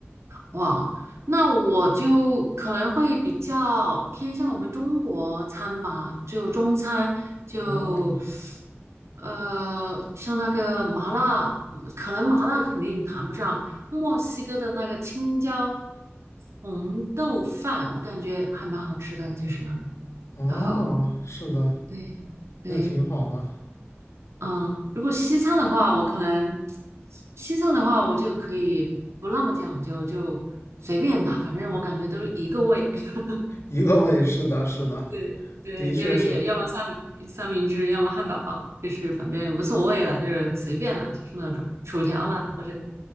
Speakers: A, on the right; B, on the left.
A: 哇，那我就可能会比较偏向我们中国餐吧，就中餐，就
B: 哦
A: 呃，像那个麻辣，可能麻辣肯定谈不上，墨西哥的那个青椒红豆饭，我感觉还蛮好吃的，就是那种。
B: 哦，
A: 然后
B: 是的，
A: 对对，
B: 那挺好的，
A: 嗯，如果西餐的话，我可能西餐的话，我就可以不那么讲究，就随便吧，反正我感觉都是一个味。<laughs>
B: 一个味，是的，是的，
A: 对对，
B: 的确是
A: 就是也要么三明三明治，要么汉堡包，就是反正无所谓了，就是随便了，就是那种薯条啦，或者